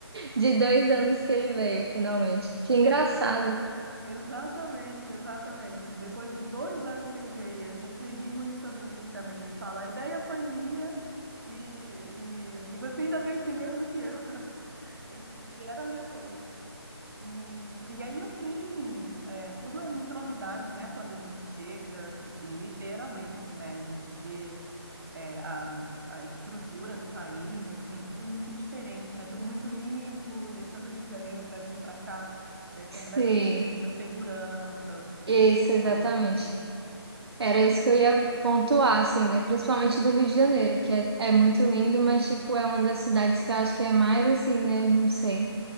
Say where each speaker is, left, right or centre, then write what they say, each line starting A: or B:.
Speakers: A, on the right; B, on the right.
A: de dois anos que ele veio, finalmente. Que engraçado.
B: Exatamente, exatamente. Depois de dois anos que ele veio, a gente ri muito sobre isso também. Ele fala, a ideia foi minha e, e, e você ainda veio primeiro do que eu. <laughs> Eles vieram depois. E, e aí eu vim, é, tudo é muito novidade, né? Quando a gente chega, literalmente, né? A gente vê é, a, a estrutura do país, assim, é tudo muito diferente, né? Tudo muito limpo, deixando o Rio de Janeiro para vir para cá é completamente
A: Sim,
B: diferente. A segurança, o, est- o
A: isso,
B: transporte.
A: exatamente. Era
B: Então,
A: isso que eu ia pontuar, assim, né? Principalmente do Rio de Janeiro, que é, é muito lindo, mas, tipo, é uma das cidades que eu acho que é mais, assim, né? Não sei.